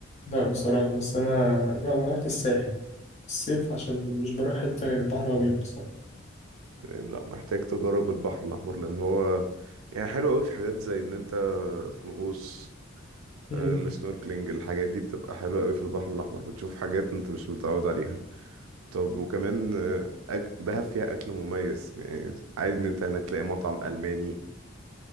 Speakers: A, on the left; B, on the right.
A: لا بصراحة بس أنا لا أنا رحت الساحل الصيف عشان مش بروح حتة غير البحر الأبيض بصراحة
B: تمام لا محتاج تجرب البحر الاحمر لان هو يعني حلو قوي في حاجات زي ان انت في الغوص
A: مم.
B: آه، السنوركلينج الحاجات دي بتبقى حلوة قوي في البحر الاحمر بتشوف حاجات انت مش متعود عليها طب وكمان آه، أك... دهب فيها اكل مميز يعني عادي ان انت هناك تلاقي مطعم الماني